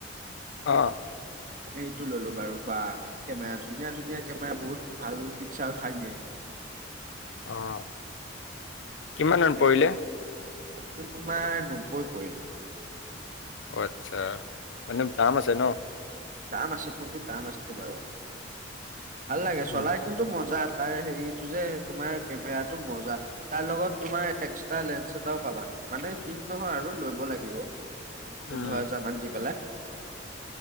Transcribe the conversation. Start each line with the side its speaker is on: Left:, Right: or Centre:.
Left: অ'!
Right: সেইটো ল'লো বাৰু বা <unintelligible> কেমেৰা, ধুনীয়া-ধুনীয়া কেমেৰা, বহুত ভাল পিক্সাৰ উঠাই দিয়ে!
Left: অ'! কিমান মান পৰিলে
Right: এইটো? এইটো তোমাৰ নব্বৈ পৰিল।
Left: অ' আচ্ছা! মানে, দাম আছে ন'?
Right: দাম আছে, ফোনটো দাম আছে বাৰু। ভাল লাগে
Left: উম
Right: চলাই। কিন্তু, মজা! তাৰ, সেৰিটো যে, তোমাৰ কেমেৰাটো মজা! তাৰ লগত তোমাৰ এক্সট্ৰা লেন্স এটাও পাবা। মানে, ফিট নহয় আৰু ল'ব লাগিব।
Left: উম
Right: পোন্ধৰ হাজাৰ মান দি পেলাই।